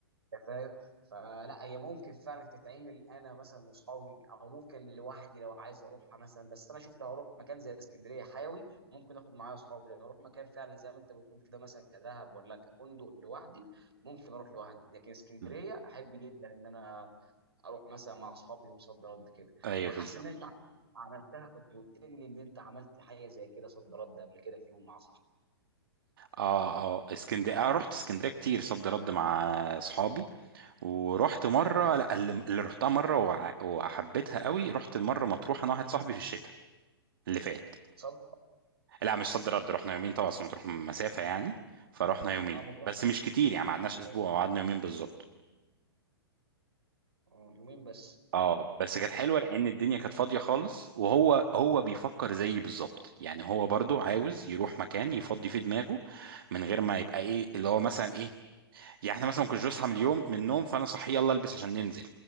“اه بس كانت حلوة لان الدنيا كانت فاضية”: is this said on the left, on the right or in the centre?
Right